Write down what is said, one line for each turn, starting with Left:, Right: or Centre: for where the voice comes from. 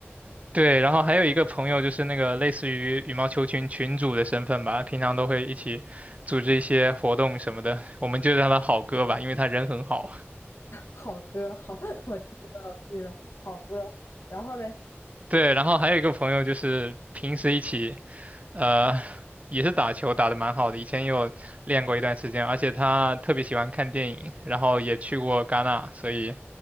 Right: 对，然后还有一个朋友就是那个类似于羽毛球群群主的身份吧，平常都会一起组织一些活动什么的，我们就叫他好哥吧，因为他人很好。
Left: 好哥，好，<laughs> 我记着，我记着，好哥。然后嘞，
Right: 对，然后还有一个朋友就是平时一起，呃，也是打球打得蛮好的，以前也有练过一段时间，而且他特别喜欢看电影，然后也去过戛纳，所以，